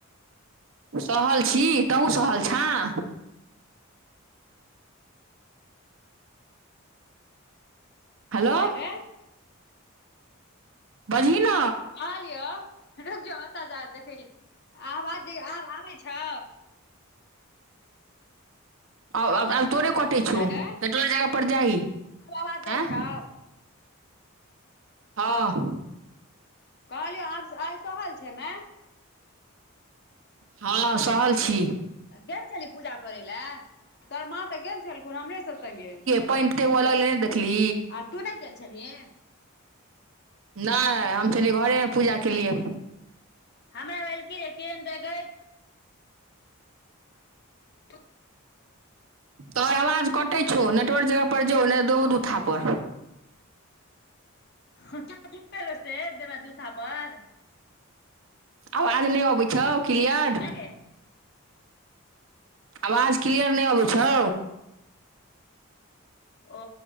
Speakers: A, on the right (about 65°); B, on the left (about 50°).
A: सहल छी तहूँ सहल छें? हेलो
B: ऐं गै।
A: बजही न।
B: कहलियौ रूक जौ ओतऽ जा देखै छियै आबाज आब आबै छौ?
A: आ-आ-आब तोरे कटै छौ
B: गै
A: पेट्रोल जगह पर जाही।
B: आब अबाज जाइ
A: आँय
B: छौ?
A: हँ।
B: कहलियौ आब से आइ सहल छै मे।
A: हँ सहल छी।
B: गेल छेलहीं पूजा करै लए तोहर माँ तऽ गेल छेलखुन हमरे सब सङ्गे?
A: पैइन तते हुअ लगलै नेै देखली।
B: आ तू नै गेल छेलहीं?
A: नैय हम छेलियै घरेमे पूजा केलियै।
B: हमरा भेल कि केहन देखै। <unintelligible>
A: तोहर आवाज कअटै छौ नेटवर्क जगह पर जो नै दे बौ दु थापर।
B: <unintelligible> से देबें दू थापर।
A: अबाज नै अबै छौ क्लियर?
B: आँ गै
A: अवाज क्लियर नै अबै छौ?
B: ओ